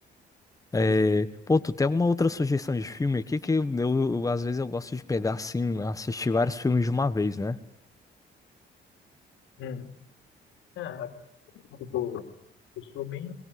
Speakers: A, on the left; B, on the left.
A: É,
B: Sim.
A: Pô, tu tem alguma outra sugestão de filme aqui que eu, eu- às vezes eu gosto de pegar assim, assistir vários filmes de uma vez, né?
B: Hum. Ah, tipo, eu sou bem,